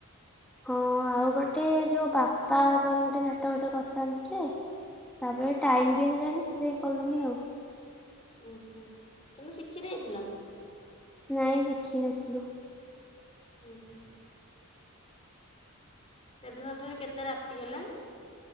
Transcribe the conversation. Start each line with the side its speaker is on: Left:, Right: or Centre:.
Centre: ହଁ ଆଉ ଗୋଟେ ଯୋଉ ବାପା ଉପରେ ଗୋଟେ ନାଟକଟ କରିଥାନ୍ତୁ ଯେ ତାପରେ ଟାଇମ୍ ବି ହେଲାନି ସେଥିପାଇଁ କଲୁନି ଆଉ।
Left: ଉ ହୁ କିନ୍ତୁ ଶିଖି ଦେଇଥିଲ।
Centre: ନାଇଁ ଶିଖିନଥିଲୁ।
Left: ଉଁ ହୁଁ ସେଦିନ ତଥାପି କେତେ ରାତି ହେଲା?